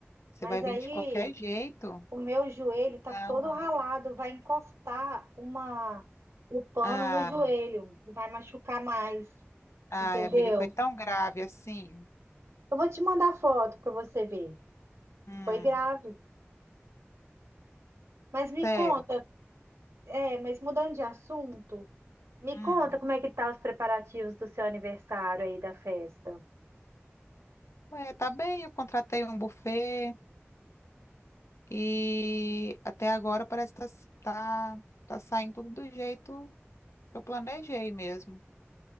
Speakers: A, on the left (about 85°); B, on the right (about 85°).
A: Você
B: Mas
A: vai
B: aí
A: vir de qualquer jeito.
B: O meu joelho tá
A: Não,
B: todo
A: amiga.
B: ralado, vai encostar uma o pano
A: Ah,
B: no joelho e vai machucar mais,
A: ai,
B: entendeu?
A: amiga, foi tão grave assim.
B: Eu vou te mandar foto para você ver.
A: Hum,
B: Foi grave. Mas me
A: sério.
B: conta, é, mas mudando de assunto, me
A: Hum.
B: conta como é que tá os preparativos do seu aniversário aí da festa.
A: Ué, tá bem, eu contratei um buffet e até agora parece que tá, tá tá saindo tudo do jeito Eu planejei mesmo.